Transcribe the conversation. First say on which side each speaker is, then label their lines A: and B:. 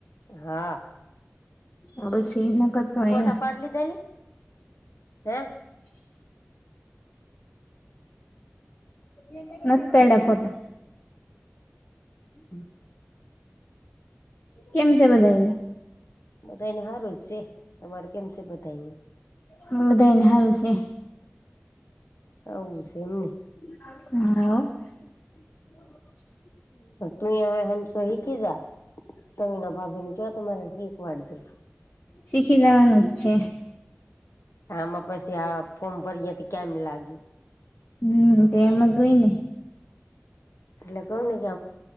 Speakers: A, on the left (about 80°); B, on the left (about 45°).
A: હા.
B: હા બસ એવીજના કરતો રહે
A: ફોટા
B: ઈ.
A: પાડ લીધેલી હે
B: <unintelligible> ફોટા.
A: હમ. <inaudible>
B: કેમ છે, બધાઈ ને.
A: બધાઈ ને સારુંજ છે, તમારે કેમ છે, બધાઈ ને.
B: હ <inaudible> બધાઈ ને સારું છે.
A: હવું <inaudible> છે એમ ને.
B: હ. <inaudible>
A: તું હવે હંસો હિકીજા તમારા ભાભીને કૉય તમારે હિકવાડ દે.
B: શીખી જવાનું જ છે.
A: આમાં પછી આ ફોર્મ ભરીય તો કેમ લાગ્યું.
B: હમ તે એમ જ હોય ને.
A: એટલે <inaudible> ને કે